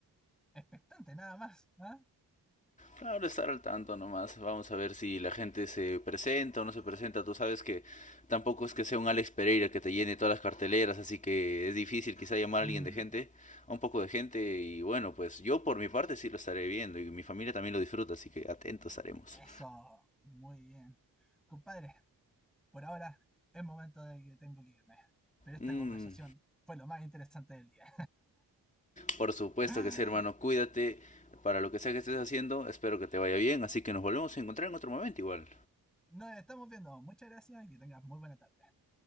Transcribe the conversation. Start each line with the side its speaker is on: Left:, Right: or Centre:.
Centre: Expectante, nada más, ¿ah?
Left: Claro, estar al tanto nomás. Vamos a ver si la gente se presenta o no se presenta. Tú sabes que tampoco es que sea un Alex Pereira que te llene todas las carteleras, así que es difícil quizá llamar
Centre: Mm,
Left: a alguien de gente, a un poco de gente. Y bueno, pues yo por mi parte sí lo estaré viendo y mi familia también lo disfruta, así que atentos estaremos.
Centre: eso, muy bien. Compadre, por ahora es momento de que tengo que irme, pero esta
Left: Mm,
Centre: conversación fue lo más interesante del día.
Left: por supuesto
Centre: <laughs>
Left: que sí, hermano. Cuídate para lo que sea que estés haciendo. Espero que te vaya bien, así que nos volvemos a encontrar en otro momento igual.
Centre: Nos estamos viendo, muchas gracias y que tengas muy buena tarde.